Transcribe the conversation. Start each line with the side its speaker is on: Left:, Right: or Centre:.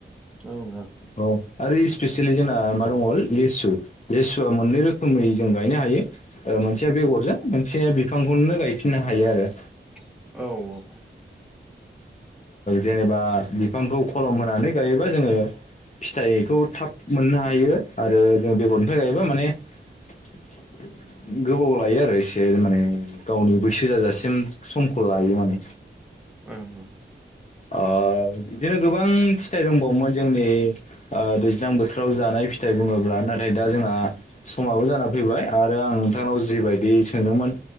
Centre: औ ओं
Left: अ आरो स्पेसियेलि जोंना मा दङ' लिसु लेसुवा मोननै रोखोमै जों गायनो हायो मोनसेया बेगरजों मोनसेया बिफांखौनो गायफिननो हायो आरो
Centre: औ
Left: जेनेबा बिफांखौ खलम होनानै गायोबा जोङो फिथाइखौ थाब मोननो हायो आरो जों बेगरनिफ्राय गायोबा माने <inaudible> गोबाव लायो आरो एसे माने गावनि बैसो जाजासिम समखौ लायो माने
Centre: ओं ओं
Left: अ बिदिनो गोबां फिथाइ दंबावोमोन जोंनि दैज्लां बोथोराव जानाय फिथाइ बुङोब्ला नाथाय दा जोंहा समाबो जाना फैबाय आरो आं नोंथांनाव जिबायदि सोंदोंमोन